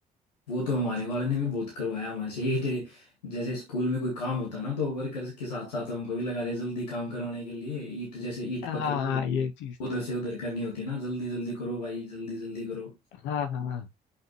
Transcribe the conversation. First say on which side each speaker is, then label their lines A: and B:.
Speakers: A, on the left (about 90°); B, on the left (about 70°).
A: वो तो हमारे वाले ने भी बहुत करवाया हमारे से ही टे- जैसे स्कूल में कोई काम होता ना तो वर्कर के साथ साथ हमको भी लगा दे जल्दी काम करवाने के लिए ईट जैसे ईट
B: हाँ
A: पकड़ वो
B: हाँ
A: होती,
B: ये चीज
A: उधर
B: तो
A: से
B: है
A: उधर करनी होती है ना जल्दी जल्दी करो भाई जल्दी जल्दी करो
B: हाँ हाँ